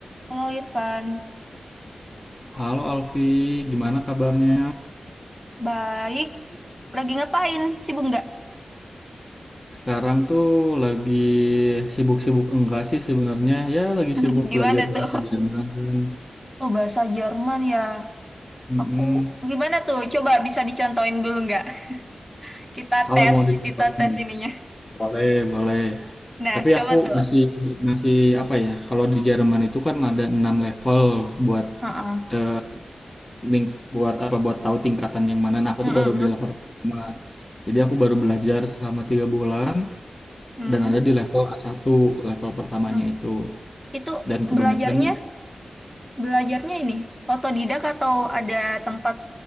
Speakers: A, in the centre; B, on the left.
A: Halo Irfan,
B: Halo Alfi, gimana kabarnya?
A: baik. Lagi ngapain? Sibuk nggak?
B: Sekarang tuh lagi sibuk-sibuk enggak sih sebenarnya? Ya lagi
A: <laughs>
B: sibuk
A: Gimana
B: belajar bahasa
A: tuh?
B: Jerman.
A: Oh bahasa Jerman ya.
B: Mm-mm.
A: Aku gimana tuh? Coba bisa dicontohin dulu nggak? <laughs> Kita
B: Kalau
A: tes,
B: mau dicontohin
A: kita tes
B: nih,
A: ininya.
B: boleh, boleh.
A: Nah,
B: Tapi
A: coba
B: aku
A: tuh.
B: masih masih apa ya? Kalau di Jerman itu kan ada 6 level buat
A: Heeh.
B: eh, link buat apa buat tahu tingkatan yang mana. Nah, aku
A: Mm, mm,
B: tuh baru di
A: mm.
B: level pertama. Jadi aku baru belajar selama tiga bulan
A: Mm,
B: dan ada di level a satu level pertamanya
A: mm.
B: itu.
A: Itu
B: Dan
A: belajarnya,
B: kebanyakan
A: belajarnya ini otodidak atau ada tempat